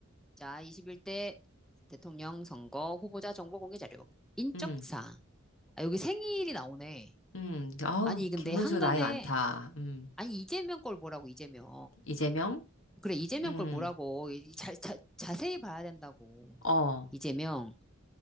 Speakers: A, in the centre; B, on the left.
A: 자 21대 대통령 선거 후보자 정보 공개 자료 인적사항.
B: 음,
A: 아 여기 생일이 나오네.
B: 음, 아,
A: 아니 근데
B: 김문수
A: 한간에
B: 나이 많다. 음,
A: 아니 이재명 걸 보라고 이재명.
B: 이재명?
A: 그래, 이재명
B: 음,
A: 걸 보라고. 이 자, 자, 자세히 봐야 된다고.
B: 어,
A: 이재명.